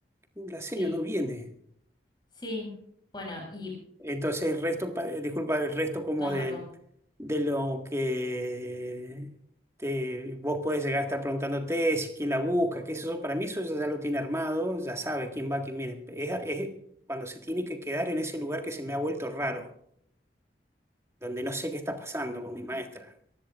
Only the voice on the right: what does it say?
la señora
no viene.
Entonces el resto, pa- eh, disculpa, el resto como
de,
de lo que te, vos puedes llegar a estar preguntándote, si quién la busca, qué es eso, para mí eso ya lo tiene armado, ya sabe quién va, quién viene. Es, es cuando se tiene que quedar en ese lugar que se me ha vuelto raro, donde no sé qué está pasando con mi maestra,